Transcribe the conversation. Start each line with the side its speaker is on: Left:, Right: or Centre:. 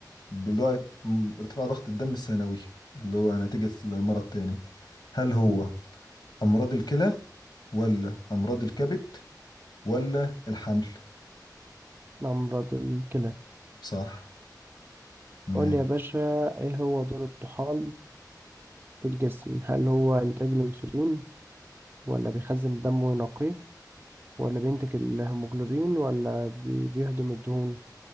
Left: اللي هو ارتفاع ضغط الدم الثانوي اللي هو نتيجة المرض تاني هل هو
Right: مم.
Left: أمراض الكلى ولا أمراض الكبد ولا الحمل
Right: أمراض الكلى
Left: صح ماشي
Right: قول لي يا باشا ايه هو دور الطحال في الجسم؟ هل هو إنتاج الأنسولين ولا بيخزن الدم وينقيه ولا بينتج الهيموجلوبين ولا بي- بيهضم الدهون؟